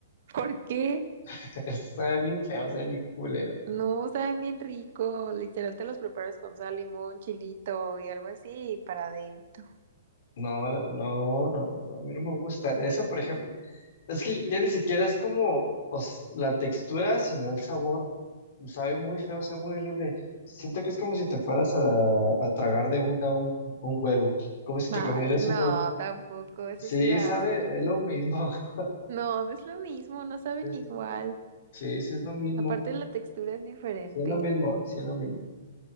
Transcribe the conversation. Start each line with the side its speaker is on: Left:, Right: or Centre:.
Right: ¿Por qué?
Left: <laughs> Eso sabe bien feo, sabe bien culero.
Right: No, saben bien rico. Literal te los preparas con sal, limón, chilito y algo así y para adentro.
Left: No, no, no, no, no, a mí no me gusta. Eso, por ejemplo, es que ya ni siquiera es como os- la textura, sino el sabor. Sabe muy feo, sabe muy horrible. Siento que es como si te fueras a, a tragar de una un, un huevo. Como si te
Right: Ay,
Left: comieras
Right: no,
Left: un huevo.
Right: tampoco, eso
Left: Sí,
Right: sí da
Left: sabe,
Right: asco.
Left: es lo mismo. <laughs>
Right: No, no es lo mismo, no saben
Left: Sí, sí,
Right: igual.
Left: sí, sí es lo mismo.
Right: Aparte la textura es diferente.
Left: Sí es lo mismo, sí es lo mismo.